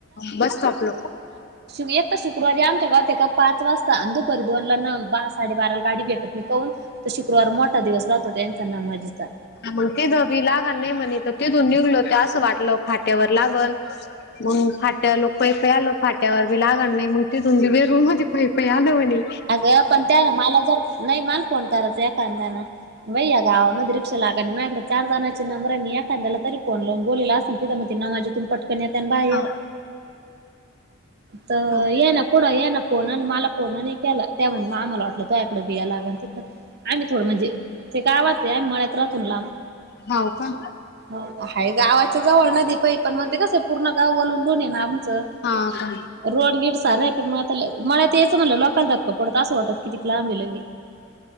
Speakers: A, on the left (about 55°); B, on the right (about 55°).
A: बस स्टॉपला.
B: येत्या शुक्रवारी आमच्या गावात का पाच वाजता दुपारी दोनंला ना साडेबाराला गाडी भेटत नाही का हून. तो शुक्रवार मोठा दिवस राहतो त्यांचा नमाजीचा.
A: ग ते गबीला लागल नाही म्हणितं तर तिथून निघलो ते असं वाटलं फाट्यावर लागल. मग फाट्या लोक पै पे आलो फाट्यावर बी लागल नाही मगं ते तुन वेरूळमध्ये पै पै आलो म्हणें.
B: अगं पण त्या ना मला जर नाही मला फोन करायच एखादाना भैया गावामध्ये रि क्षा लागती माझ्याकडं चार जणाचे नंबर एखा्या तरी फोन लावून बोलेला असल ना माझी तेथून पटक त्यानी येतालं बाहेर.
A: हा
B: तर
A: हा
B: या ना कुडं या ना फोन आणि मला फोन आणि केला त्या आम्हाला वाटलं तोयाकडं भियाय लागला काय आम्ही थोडं म्हणजे. ते गावात आहं मळात राहतून लांब.
A: हाव का.
B: आहं गावाच्या जवळ नदी पई पण मग ते कसं पूर्ण गाव वलंडून ये ना आमचं
A: हा का
B: रोड गीड सार आहे पण मग आ मळ्यात यायचं म्हणलं लोक का धक्क पडत अस वाटत कि तिक लांबी लगे